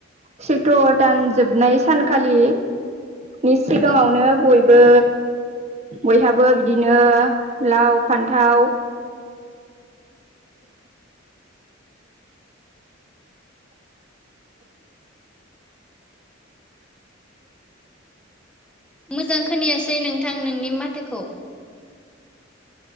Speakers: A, on the right (about 35°); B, in the centre.
A: सैथ' दान जोबनाय सानखालि नि सिगाङावनो
B: औ
A: बयबो बयहाबो बिदिनो लाव फान्थाव
B: मोजां खोनायासै नोंथां नोंनि माथोखौ